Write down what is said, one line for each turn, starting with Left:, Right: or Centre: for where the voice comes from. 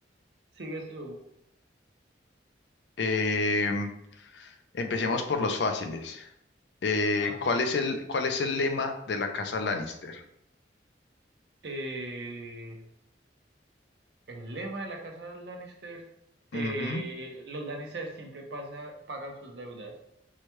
Right: sigues tú.
Left: Eh, empecemos por los fáciles. Eh,
Right: Ajá.
Left: ¿cuál es el, cuál es el lema de la casa Lannister?
Right: Eh, el lema de la casa de Lannister. eh,
Left: Ujú,
Right: los Lannister siempre pasa, pagan sus deudas.